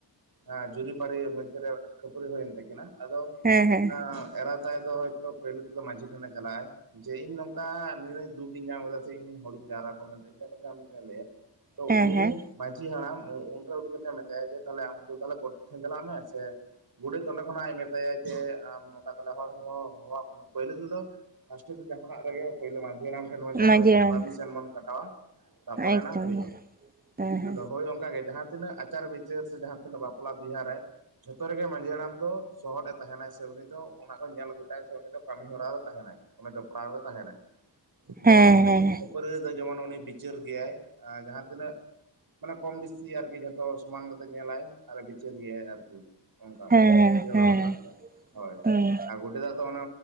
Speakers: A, on the right; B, on the right.
A: ᱮᱸᱻ ᱡᱩᱨᱤᱯᱟᱹᱨᱤ ᱢᱚᱫᱽᱫᱷᱮᱨᱮ ᱢᱤᱫ ᱠᱷᱟᱹᱯᱟᱹᱨᱤ ᱦᱩᱭᱮᱱ ᱛᱟᱹᱠᱤᱱᱟ ᱟᱫᱚ
B: ᱦᱮᱸ ᱦᱮᱸ
A: ᱮᱸᱻ ᱮᱨᱟ ᱛᱟᱭ ᱫᱚ ᱦᱳᱭᱛᱚ ᱯᱟᱹᱭᱞᱟᱹ ᱛᱮᱫᱚ ᱢᱟᱹᱡᱷᱤ ᱴᱷᱮᱱᱮ ᱪᱟᱞᱟᱜᱼᱟᱭ ᱡᱮ ᱤᱧ ᱱᱚᱝᱠᱟ ᱱᱤᱱᱟᱹᱜ ᱫᱩᱠ ᱤᱧ ᱧᱟᱢ ᱠᱮᱫᱟ ᱥᱮ ᱤᱧ ᱦᱚᱲᱤᱧ ᱡᱟᱣᱨᱟ ᱠᱚᱣᱟ ᱢᱮᱱᱛᱮ ᱤᱧ ᱠᱟᱛᱷᱟ ᱩᱱᱤ ᱴᱷᱮᱱᱮᱧ ᱞᱟᱹᱭᱟ᱾ ᱛᱚ
B: ᱦᱮᱸ
A: ᱩᱱᱤ
B: ᱦᱮᱸ
A: ᱢᱟᱹᱡᱷᱤ ᱦᱟᱲᱟᱢ ᱩᱱᱨᱮ ᱩᱱᱤ ᱠᱟᱛᱷᱟᱭ ᱢᱮᱛᱟᱭᱟ ᱡᱮ ᱛᱟᱦᱚᱞᱮ ᱟᱢ ᱫᱚ ᱛᱟᱦᱚᱞᱮ ᱜᱚᱰᱮᱛ ᱴᱷᱮᱱ ᱪᱟᱞᱟᱜ ᱥᱮ ᱜᱚᱰᱮᱛ ᱚᱸᱰᱮ ᱠᱷᱚᱱᱟᱭ ᱢᱮᱛᱟᱭᱟ ᱡᱮ ᱟᱢ ᱱᱚᱝᱠᱟ ᱛᱟᱦᱟᱞᱮ ᱦᱚᱲ ᱦᱚ ᱦᱚ ᱠᱚᱣᱟ ᱯᱟᱹᱭᱞᱟᱹ ᱛᱮᱫᱚ ᱯᱷᱟᱥᱴᱮ ᱫᱚ ᱡᱟᱦᱟᱱᱟᱜ ᱨᱮᱜᱮ ᱯᱟᱹᱭᱞᱟᱹ ᱢᱟᱹᱡᱷᱤ ᱦᱟᱲᱟᱢ
B: ᱢᱟᱺᱡᱷᱤ ᱦᱟᱲᱟᱢ
A: ᱯᱟᱨᱢᱤᱥᱚᱱ ᱵᱚᱱ ᱠᱟᱴᱟᱣᱟ ᱛᱟᱨᱯᱚᱨᱮ
B: ᱮᱠᱫᱚᱢ
A: ᱱᱟᱜ ᱦᱩᱭᱩᱼᱟ
B: ᱦᱮᱸ ᱦᱮᱸ
A: ᱟᱫᱚ ᱦᱳᱭ ᱚᱱᱠᱟᱜ ᱜᱮ ᱡᱟᱦᱟᱸᱛᱤᱱᱟᱹᱜ ᱟᱪᱟᱨ-ᱵᱤᱪᱟᱹᱨ ᱥᱮ ᱡᱟᱦᱟᱸᱛᱤᱱᱟᱹᱜ ᱵᱟᱯᱞᱟ ᱵᱤᱦᱟᱹ ᱨᱮ ᱡᱷᱚ ᱚᱠᱛᱚ ᱨᱮᱜᱮ ᱢᱟᱺᱡᱷᱤ ᱦᱟᱲᱟᱢ ᱫᱚ ᱥᱚᱦᱚᱫᱮ ᱛᱟᱦᱮᱱᱟᱭ ᱥᱮ ᱩᱱᱤ ᱫᱚ ᱚᱱᱟ ᱠᱚ ᱧᱮᱞ ᱜᱚᱴᱟᱭ ᱥᱮ ᱩᱱᱤ ᱫᱚ ᱠᱟᱹᱢᱤ ᱦᱚᱨᱟᱨᱮ ᱛᱟᱦᱮᱱᱟᱭ ᱚᱱᱮ ᱡᱚᱯᱚᱲᱟᱣᱨᱮ ᱛᱟᱦᱮᱱᱟᱭ ᱡᱮᱢᱚᱱ᱾
B: ᱦᱮᱸ ᱦᱮᱸ
A: ᱠᱷᱟᱹᱯᱟᱹᱨᱤ ᱨᱮᱫᱚ ᱡᱮᱢᱚᱱ ᱩᱱᱤ ᱵᱤᱪᱟᱹᱨ ᱜᱮᱭᱟᱭ ᱡᱟᱦᱟᱸ ᱛᱤᱱᱟᱹᱜ ᱢᱟᱱᱮ ᱠᱚᱢ ᱵᱮᱥᱤ ᱟᱨᱠᱤ ᱡᱷᱚᱛᱚ ᱥᱚᱢᱟᱱ ᱠᱟᱛᱮ ᱧᱮᱞᱟᱭ ᱟᱨᱮ ᱵᱤᱪᱟᱹᱨ ᱜᱮᱭᱟᱭ ᱟᱨᱠᱤ ᱱᱚᱠᱟ
B: ᱦᱮᱸ
A: ᱢᱟᱹᱡᱷᱤ
B: ᱦᱮᱸ
A: ᱦᱟᱲᱟᱢ
B: ᱦᱮᱸ
A: ᱯᱳᱱᱞᱮᱫᱟ ᱦᱳᱭ
B: ᱦᱮᱸ
A: ᱟᱨ ᱜᱚᱰᱮᱛ ᱫᱟᱜ ᱚᱱᱟ᱾